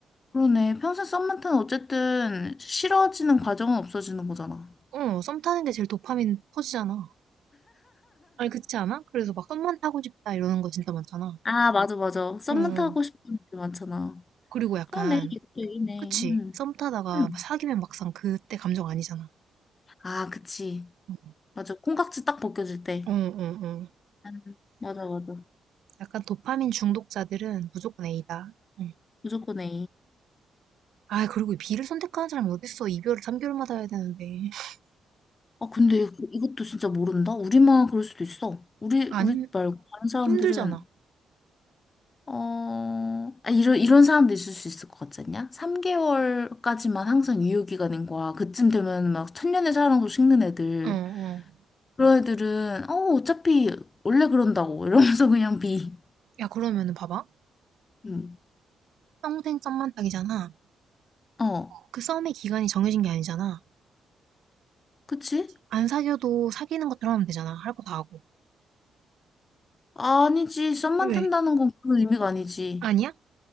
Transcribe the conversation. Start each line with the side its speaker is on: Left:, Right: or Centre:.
Left: 그러네. 평생 썸만 타는 어쨌든 싫어지는 과정은 없어지는 거잖아.
Right: 어, 썸 타는 게 제일 도파민 터지잖아. 아니, 그렇지 않아? 그래서 막 썸만 타고 싶다 이러는 거 진짜 많잖아.
Left: 아 맞아 맞아. 썸만
Right: 응.
Left: 타고 싶은 애들 많잖아.
Right: 그리고 약간,
Left: 그러네. 이것 얘기네.
Right: 그치?
Left: 응.
Right: 썸 타다가
Left: 응.
Right: 막 사귀면 막상 그때 감정 아니잖아.
Left: 아 그치.
Right: 응,
Left: 맞아. 콩깍지 딱 벗겨질 때.
Right: 응, 응. 응.
Left: 응. 맞아 맞아.
Right: 약간 도파민 중독자들은 무조건 A다. 응.
Left: 무조건 A.
Right: 아, 그리고 B를 선택하는 사람이 어딨어. 이별을 3개월마다 해야 되는데. <laughs>
Left: 아, 근데 이- 이것도 진짜 모른다? 우리만 그럴 수도 있어. 우리,
Right: 아님,
Left: 우리 말고 다른 사람들은,
Right: 힘들잖아.
Left: 어, 아, 이런, 이런 사람도 있을 수 있을 것 같지 않냐? 3개월까지만 항상 유효기간인 거야. 그쯤 되면 막 천년의 사랑으로 식는 애들.
Right: 응, 응.
Left: 그런 애들은, 어, 어차피 원래 그런다고. 이러면서 그냥 비.
Right: 야, 그러면은 봐봐.
Left: 음.
Right: 평생 썸만 딱이잖아.
Left: 어,
Right: 그 썸의 기간이 정해진 게 아니잖아.
Left: 그치?
Right: 안 사귀어도 사귀는 것처럼 하면 되잖아. 할 거 다 하고.
Left: 아니지. 썸만
Right: 왜?
Left: 탄다는 건 그런 의미가 아니지.
Right: 아니야?